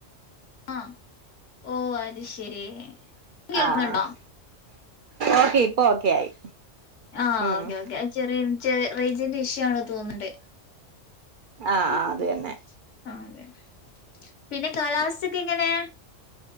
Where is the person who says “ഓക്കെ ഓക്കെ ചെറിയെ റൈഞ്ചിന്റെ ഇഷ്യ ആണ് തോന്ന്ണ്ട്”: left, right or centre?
Left